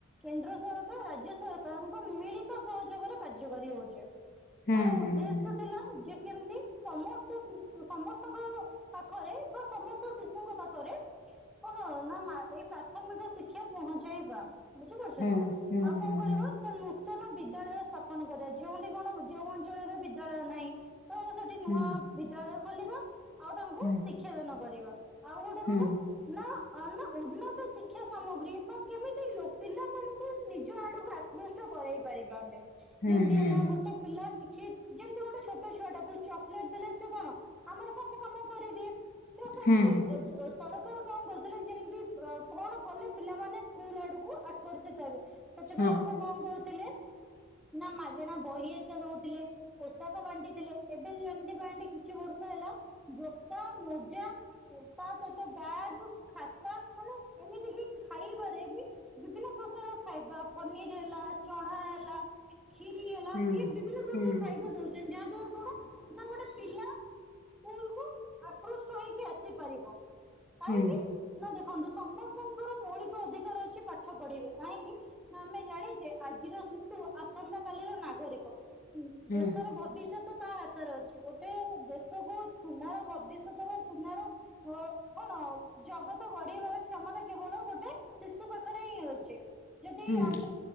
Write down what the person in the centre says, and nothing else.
କେନ୍ଦ୍ର ସରକାର ରାଜ୍ୟ ସରକାରଙ୍କ ମିଳିତ ସହଯୋଗରେ କାର୍ଯ୍ୟକାରୀ ହଉଚି।
ତାର ଉଦ୍ଦେଶ୍ୟ
ଥିଲା ଉ ଯେ ମିତି ସମସ୍ତେ ଶିଶୁ ସମସ୍ତଙ୍କ ପାଖରେ ବା ସମସ୍ତ ଶିଶୁଙ୍କ ପାଖରେ କଣ ନା ମା ଏଇ ପ୍ରା ଥମିକ ଶିକ୍ଷା ପହଞ୍ଚେଇବା ବୁଝିପାରୁଛନ୍ତି
ନା
ଆଉ
କଣ କରିବା ନା ନୁ ନୂତନ ବିଦ୍ୟାଳୟ ସ୍ଥାପନ କରାଇ ଯେଉଁଠି କଣ ଯେଉଁ ଅଞ୍ଚଳରେ ବିଦ୍ୟାଳୟ ନାହିଁ। ତ ସେଠି ନୂଆ
ବିଦ୍ୟାଳୟ ଖୋଲିବା ଆଉ ତାଙ୍କୁ
ଶିକ୍ଷା ଦାନ କରିବା ଆଉ ଗୋଟେ
କଣ ନା ଆ ନା ଉନ୍ନତ ସି ଶିକ୍ଷା ସାମଗ୍ରୀ ବା କେମିତି ଲୋ ପିଲାମାନଙ୍କୁ ନିଜ ଆଡ଼କୁ ଆକୃଷ୍ଟ କରାଇ ପାରିବା ଆମେ।
ଯେମତି
ହେଲା ଗୋଟେ ପିଲା କି ଛି ଯେମିତି ଗୋଟେ ଛୋଟ ଛୁଆ ଟାକୁ ଚକଲେଟ ଦେଲେ ସେ କଣ ଆମର ସବୁ କାମ କରିଦିଏ। ତ ସେମିତି
ଅ ଯେ ସରକାର କଣ କରୁଥିଲେ ଯେମିତି ଅ କଣ କଲେ ପିଲାମାନେ ସ୍କୁଲ ଆଡକୁ ଆ କର୍ଷିତ ହେବେ ସେଥିପାଇଁ
ସେ କଣ କରୁଥିଲେ ନା ମାଗେଣା ବହି ହେରିକା ଦଉ ଥିଲେ ପୋଷାକ ବାଣ୍ଟିଥିଲେ। ଏବେ ଯେମିତି ପାଆଣ୍ଟି କିଛି ବର୍ଷ ହେଲା ଜୋତା ମୋଜା ତା ସହିତ <unintelligible> ଖା ଏମିତିକି ଖାଇବାରେ ବି ବିଭିନ୍ନ ପ୍ରକାର ଖାଇବା ପନିର ହେଲା ଚଣା ହେଲା। କ୍ଷୀରି ହେଲା
ଇଏ ବିଭିନ୍ନ ପ୍ରକାର
ଖାଇବା ଦଉ <unintelligible> ଯାହାଦ୍ୱାରା କଣ ନା ଗୋଟେ ପିଲା ସ୍କୁଲ କୁ। ଆକୃଷ୍ଟ ହେଇକି ଆସିପାରିବ କାହିଁକି
ନା ଦେଖନ୍ତୁ। ସମସ୍ତଙ୍କର ମୌଳିକ ଅଧିକାର ଅଛି ପାଠ ପଢିବେ କାହିଁକି। ନା ଆମେ ଜାଣିଛେ ଆଜିର ଶିଶୁ ଆସନ୍ତା କାଲିର ନାଗରିକ। ଉଁ
ଦେଶର ଭବିଷ୍ୟ ତ ତା ହାତରେ ଅଛି ଗୋଟେ ଦେଶକୁ ସୁନାର ଭବିଷ୍ୟତ ବା ସୁନାର। ଓ କଣ ଜଗତ ଗଢିବାର। କ୍ଷମତା କେବଳ ଗୋଟେ ଶିଶୁ ପାଖରେ ହିଁ ଅଛି ଯଦି
ଆମ।